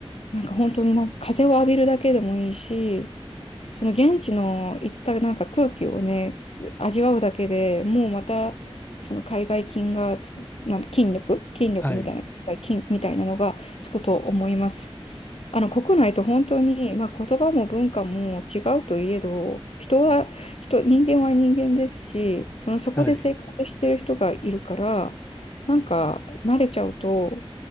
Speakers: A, on the left; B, on the left.
A: なんか本当になんか風を浴びるだけでもいいし、その現地の行ったなんか空気をね、す味わうだけでもうまた、その海外菌がつ、なん筋力、筋力みたいな、
B: はい、
A: 筋みたいなのがつくと思います。あの国内と本当に、まあ、言葉も文化も違うといえど、人は人、人間は人間ですし、そのそこで生活してる人がいるから、
B: はい。い
A: なんか慣れちゃうと、